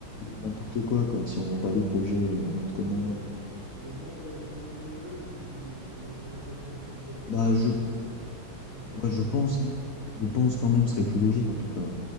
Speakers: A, on the left (about 60°); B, on the right (about 35°).
A: n'importe quoi, quoi, si on rend pas des projets euh, n'importe comment.
B: Ah ouais, les y- les membres de l'équipe de l'école, ils vous, ils vous vérifient un peu quand même ce que vous faites, quoi.
A: Bah, je,
B: Pas que ce soit n'importe
A: ouais, je
B: quoi.
A: pense, hein. Je pense quand même, ce serait plus logique en tout cas.